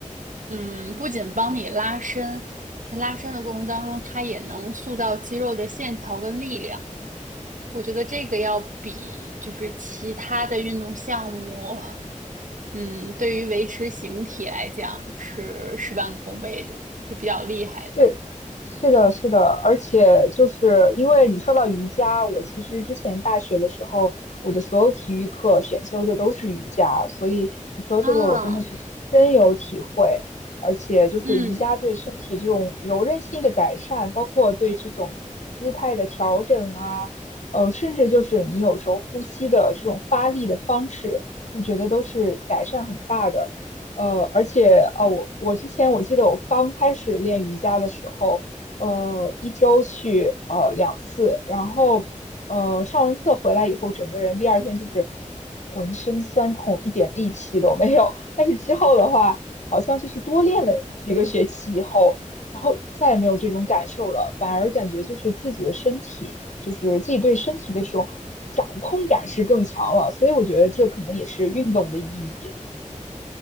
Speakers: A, on the right (about 75°); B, on the left (about 65°).
A: 嗯，不仅帮你拉伸，在拉伸的过程当中，它也能塑造肌肉的线条跟力量。我觉得这个要比就是其他的运动项目，嗯，对于维持形体来讲是事半功倍的，是比较厉害的。
B: 是是的，是的，而且就是因为你说到瑜伽，我其实之前大学的时候，我的所有体育课选修的都是瑜伽，所以你说这个我真的是深有体会。
A: 啊，
B: 而且就是瑜伽对身体这种柔韧性的改善，
A: 嗯，
B: 包括对这种姿态的调整啊，呃，甚至就是你有时候呼吸的这种发力的方式，我觉得都是改善很大的。呃，而且呃，我我之前我记得我刚开始练瑜伽的时候，呃，一周去呃两次，然后呃上完课回来以后，整个人第二天就是浑身酸痛，一点力气都没有。但是之后的话，好像就是多练了几个学期以后，然后再也没有这种感受了，反而感觉就是自己的身体，就是自己对身体的这种掌控感是更强了。所以我觉得这可能也是运动的意义。